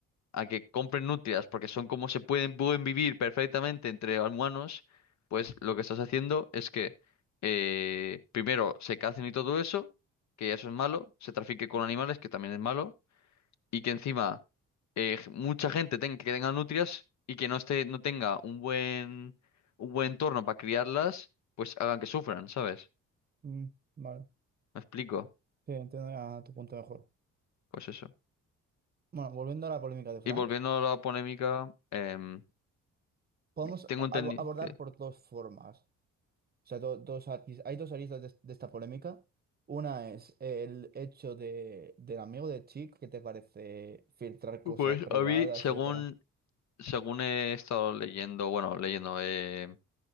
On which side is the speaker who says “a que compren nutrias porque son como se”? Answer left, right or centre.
Left